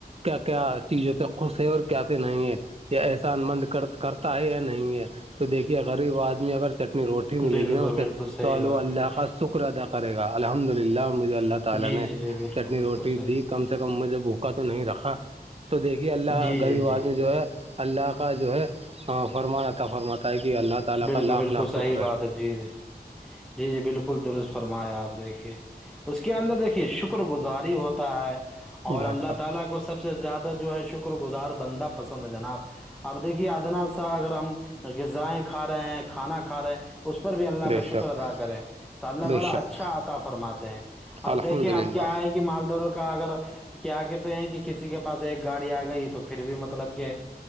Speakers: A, on the right (about 35°); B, in the centre.
A: کیا کیا چیز ہوتے خوش ہے اور کیاس نہیں ہے یہ احسان مند کرتا ہے یا نہیں ہے تو دیکھیے غریب آدمی اگر چٹنی روٹی ملے
B: بالکل
A: گی نا اسے
B: بالکل صحیح
A: تو اللہ
B: بات
A: اللہ
B: ہے جی
A: کا سکھ شکر ادا کرے گا الحمد للہ مجھے اللہ تعالی
B: جی
A: نے
B: جی جی بالکل
A: چٹنی
B: بالکل
A: روٹی
B: صحیح
A: دی کم سے کم مجھے بھوکا تو نہیں رکھا تو دیکھیے اللہ
B: جی
A: گھر
B: جی
A: آواز
B: جی
A: میں جو ہے اللہ کا جو ہے فرمانطا فرماتا ہے کہ اللہ تعالی
B: بالکل
A: کا لاکھ
B: بالکل
A: لاکھ
B: صحیح
A: شکر
B: بات
A: ہے
B: جی جی جی جی بالکل درست فرمایا آپ دیکھیے اس کے اندر دیکھیے شکر گزاری ہوتا ہے اور
A: بے
B: اللہ
A: شک
B: تعالی کو سب سے زیادہ جو ہے شکر گزار بندہ پسند ہے جناب اب دیکھیے ادناال سے اگر ہم غذائیں کھا رہے ہیں کھانا کھا رہے ہیں اس پر بھی اللہ
A: بے
B: کا
A: شک
B: شکر ادا کرے تو اللہ
A: بے
B: تعالی
A: شک
B: اچھا آطتا فرماتے ہیں اب
A: الحمد
B: دیکھیں اب
A: للہ
B: کیا ہے کہ مالدوروں کا اگر کیا کہتے ہیں کہ کسی کے پاس ایک گاڑی آ گئی تو پھر بھی مطلب کہ